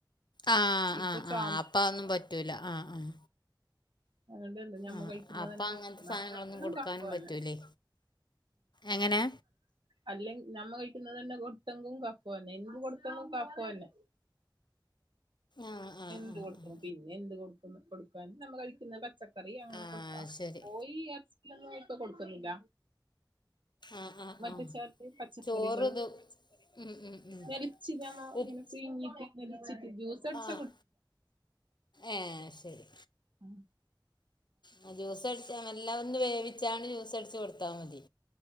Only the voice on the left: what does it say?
ആഹ്
ആഹ്
ആഹ് അപ്പഅന്നും പറ്റൂല ആഹ് ആഹ്
ആഹ്
അപ്പങ്ങൻത്തെ
സാധനങ്ങളൊന്നും കൊടുക്കാനും
പറ്റൂല്ലേ എങ്ങനെ
ആഹ് ആഹ് ആഹ്
ആഹ്
ആഹ്
ശരി
ആഹ് ആഹ്
ആഹ്
ചോറ് ഇത് ഉം ഉം ഉം
ഉപ്പ്
ആഹ് ഏഹ് ശെരി
ആഹ് ജ്യൂസട്ച്ച മെല്ലെ ഒന്ന് വേവിച്ചാണ്ട് ജ്യൂസട്ച്ച് കൊടുത്താ മതി